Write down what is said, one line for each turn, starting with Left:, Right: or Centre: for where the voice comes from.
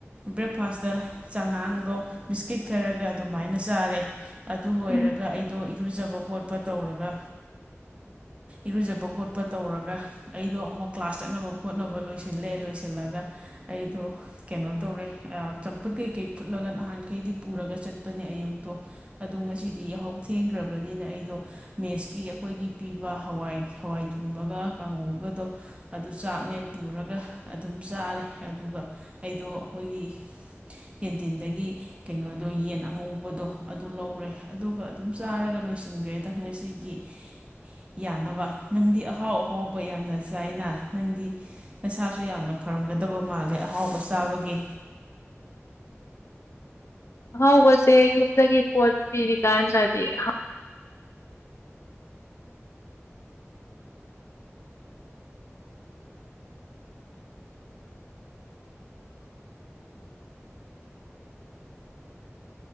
Right: ꯕ꯭ꯔꯦꯛꯐꯥꯁ ꯇ ꯆꯉꯥꯡꯗꯣ ꯕꯤꯁꯀ꯭ꯌꯨꯠ ꯈꯔꯒ ꯑꯗꯨꯃꯥꯢꯅ ꯆꯥꯔꯦ ꯑꯗꯨ ꯂꯣꯢꯔꯒ
Left: ꯎꯝ
Right: ꯑꯩꯗꯣ ꯏꯔꯨꯖꯕ ꯈꯣꯠꯄ ꯇꯧꯔꯒ ꯏꯔꯨꯖꯕ ꯈꯣꯠꯄ ꯇꯧꯔꯒ ꯑꯩꯗꯣ ꯑꯃꯨꯛ ꯀ꯭ꯂꯥꯁ ꯆꯠꯅꯕ ꯈꯣꯠꯅꯕ ꯂꯣꯢꯁꯤꯜꯂꯦ ꯂꯣꯢꯁꯤꯜꯂꯒ ꯑꯩꯗꯣ ꯀꯩꯅꯣ ꯇꯧꯔꯦ ꯑꯥ ꯆꯝꯐꯨꯠ ꯀꯩꯀꯩ ꯐꯨꯠꯂꯒ ꯉꯍꯥꯟꯈꯩꯗꯤ ꯄꯨꯔꯒ ꯆꯠꯄꯅꯦ ꯑꯌꯨꯛꯇꯣ ꯑꯗꯣ ꯉꯁꯤꯗꯤ ꯌꯥꯍꯧ ꯊꯦꯡꯈ꯭ꯔꯕꯅꯤꯅ ꯑꯩꯗꯣ ꯃꯦꯁꯀꯤ ꯑꯩꯈꯣꯢꯒꯤ ꯄꯤꯕ ꯄꯤꯕꯗꯣ ꯍꯋꯥꯢ ꯍꯋꯥꯢ ꯊꯣꯡꯕꯒ ꯀꯪꯍꯧꯒꯗꯣ ꯑꯗꯨ ꯆꯥꯛꯅꯦ ꯄꯨꯔꯒ ꯑꯗꯨꯝ ꯆꯥꯔꯦ ꯑꯗꯨꯒ ꯑꯩꯗꯣ ꯑꯩꯈꯣꯢꯒꯤ ꯀꯦꯟꯇꯤꯟꯗꯒꯤ ꯀꯩꯅꯣꯗꯣ ꯌꯦꯟ ꯑꯉꯧꯕꯗꯣ ꯑꯗꯨ ꯂꯧꯔꯦ ꯑꯗꯨꯒ ꯑꯗꯨꯝ ꯆꯥꯔꯒ ꯂꯣꯢꯁꯤꯟꯈ꯭ꯔꯦꯗ ꯉꯁꯤꯒꯤ ꯌꯥꯅꯕ ꯅꯪꯗꯤ ꯑꯍꯥꯎ ꯑꯍꯥꯎꯕ ꯌꯥꯝꯅ ꯆꯥꯢꯅ ꯅꯪꯗꯤ ꯅꯁꯥꯁꯨ ꯌꯥꯝꯅ ꯐ ꯐꯔꯝꯒꯗꯕ ꯃꯥꯜꯂꯦ ꯑꯍꯥꯎꯕ ꯆꯥꯕꯒꯤ
Left: ꯑꯍꯥꯎꯕꯁꯦ ꯌꯨꯝꯗꯒꯤ ꯄꯣꯠ ꯄꯤꯔꯤꯀꯥꯟꯗꯗꯤ ꯍꯥꯎ